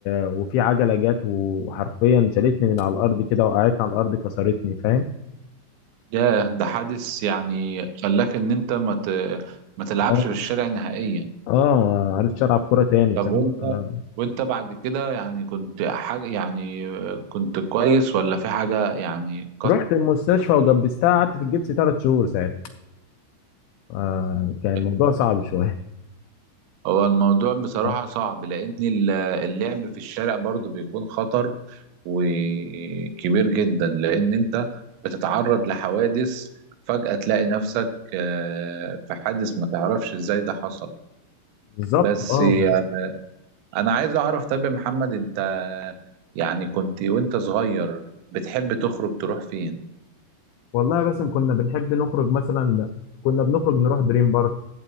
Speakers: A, on the left; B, on the right.
A: وفي عجلة جت وحرفيا شالتني من على الأرض كده وقعدتني على الأرض كسرتني فاهم
B: ياه ده حادث يعني خلاك إن أنت ما ت... ما تلعبش
A: اه
B: في الشارع نهائيا
A: اه ما عرفتش العب كوره تاني
B: طب
A: فاهم
B: وأنت
A: آه.
B: وأنت بعد كده يعني كنت حاجة يعني كنت كويس ولا في حاجة يعني
A: رحت المستشفى وجبستها قعدت في الجبس ثلاث شهور ساعتها آه. كان
B: كسرت
A: الموضوع صعب شويه
B: هو الموضوع بصراحة
A: <laughs>
B: صعب لأن ال- اللعب في الشارع برضو بيكون خطر وكبير جدا لأن أنت بتتعرض لحوادث فجأة تلاقي نفسك آه، في حادث ما تعرفش إزاي ده حصل
A: بالظبط
B: بس
A: اه
B: آه، أنا عايز أعرف طب يا محمد أنت يعني كنت وأنت صغير بتحب تخرج تروح فين؟
A: والله بس كنا بنحب نخرج مثلا كنا بنخرج نروح دريم بارك